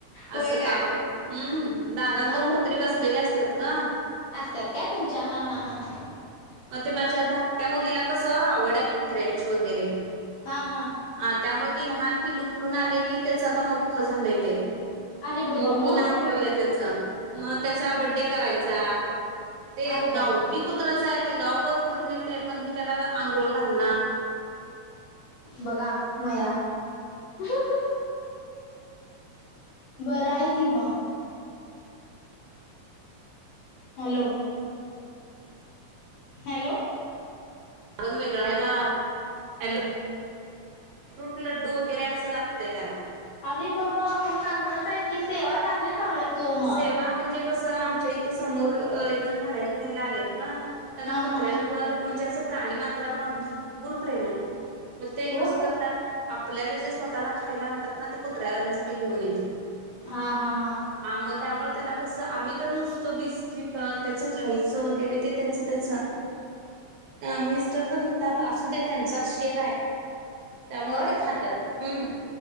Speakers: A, on the left; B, on the right.
A: होय
B: आसं
A: काय
B: काम हाय हूम्म, दारात
A: हा
B: दोन
A: मग
B: कुत्री बसलेली असत्यात ग.
A: असत्यात काय तुमच्या? हा हां हां.
B: म ते माझ्या धाकट्या मुलीला कसं? आवड हाय कुत्र्यांची वगैरे
A: हा हा.
B: आ त्यामुळे ती लहान पिलू घेऊन आलेली, त्याच आता मोठं झालंय ते.
A: अरे बाबा
B: मोकू
A: मग
B: नाव ठेवलंय त्याच, मग त्याचा बड्डे करायचा. ते
A: अरे बाबा
B: गावठी कुत्रच हाय, ते गावघर फिरून येतय, पण ही त्याला आंघोळ घालणार
A: बघा मया <inaudible> बरं हाय कि म. हॅलो. हॅलो.
B: आवाज वेगळा याला, हॅलो. फ्रूट, लड्डू वगैरे असं लागतंय त्याला.
A: अरे बाबा? चांगलंच हाय की, सेवा चांगली चालू आहे की ओ मग
B: सेवा म्हणजे कसं? आमच्या इथं समोर एकजण भाड्यानी राहायला आलेत ग. त्यांना
A: हा
B: कुत्र्यांवर
A: हा
B: म्हणजे असं प्राणीमात्रांवर भरपूर प्रेम हाय. मग ते
A: हो
B: कसं करतात, आपल्याला जे स्वतःला खायला आणतात ना, ते कुत्र्यासाठी घेऊन येतात.
A: हा हा हा.
B: आ मग त्यामुळे त्याला कस, आम्ही तर नुसतं बिस्किट, त्याच खायचं वगैरे, ते त्याच त्याच, मिस्टर तर म्हणतात, असू दे त्यांचा शेर आहे. त्यामुळे
A: होय
B: ते खातात, हम्म!